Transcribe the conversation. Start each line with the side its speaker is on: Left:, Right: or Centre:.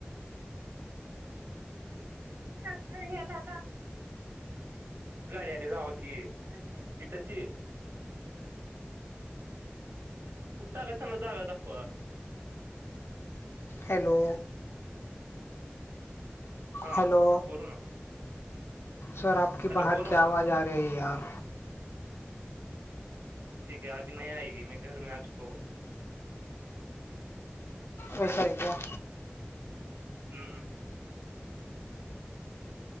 Right: त यालाला गाडी आ जाव की सिटची कुठे टाकायचं चला जागा दाखवा
Left: हॅलो
Right: हा
Left: हॅलो
Right: बोलो ना
Left: सर आप के
Right: हॅलो
Left: बाहेर
Right: बोलो
Left: क आवाज आ रही यार
Right: ठीक आहे अभी नाही आयग मी घरे आजको
Left: वसा आहे का
Right: हम्म